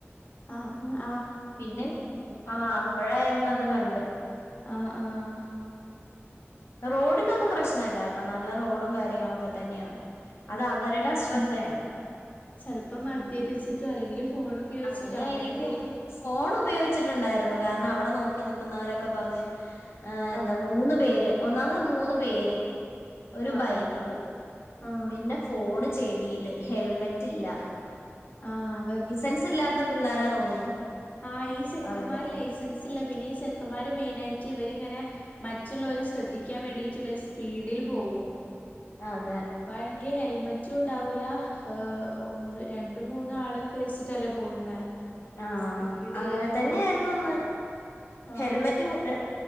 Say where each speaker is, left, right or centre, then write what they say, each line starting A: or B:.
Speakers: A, on the left; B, on the left.
A: ആ ആ
B: പിന്നെ ആ അപ്പഴായിരുന്നു അത് അത് കണ്ട്
A: ആ ആഹ്
B: റോഡിനൊന്നും പ്രശ്നല്ല കേട്ടോ നല്ല റോഡും കാര്യങ്ങളൊക്കെ തന്നെയാ. അത് അവരുടെ അശ്രദ് ളെയാണ്.
A: ചെലപ്പം മദ്യപിച്ചിട്ടോ അല്ലെങ്കില് ഫോൺ ഉപയോഗിച്ചിട്ടോ
B: അങ്ങനെയായിരിക്കും
A: അങ്ങനെ എന്തെങ്കിലും
B: ഫോൺ ഉപയോഗിച്ചിട്ടുണ്ടായിരുന്നു കാരണം അവിടെ നോക്കി നിക്കുന്നവരൊക്കെ പറഞ്ഞ് ആ എന്താ
A: ആഹ്
B: മൂന്ന് പേര് ഒന്നാമത് മൂന്ന് പേര് ഒരു
A: ആഹ്
B: ബൈക്ക്
A: ആഹ് ആഹ്
B: പിന്നെ ഫോൺ ചെവിയില് ഹെൽമെറ്റ് ഇല്ല.
A: ആഹ്
B: സൻസ് ഇല്ലാത്ത പിള്ളേരാ തോന്നുന്നു.
A: ആ ഈ സെക്കന്മാര്
B: അവര്
A: ലൈസൻസ് ഇല്ല പിന്നെ ഈ സെക് മാര് മെയിനായിട്ട് ഇവരിങ്ങനെ മറ്റ് മറ്റുള്ളവര് ശ്രദ്ധിക്കാൻ വേണ്ടിയിട്ട് സ്പീഡിൽ പോവും
B: അതെ
A: അപ്പാണെങ്കി ഹെൽമെറ്റ് റ്റുംണ്ടാവൂല ഒന്ന് രണ്ട് മൂന്ന് ആളെക്കെ വച്ചിട്ടല്ലേ പോകുന്നേ
B: ആഹ്
A: സ്പീഡില്
B: അങ്ങനെ തന്നെ ആയിരുന്നു ന്ന്
A: ആഹ്
B: ഹെൽമെറ്റ് <unintelligible> എ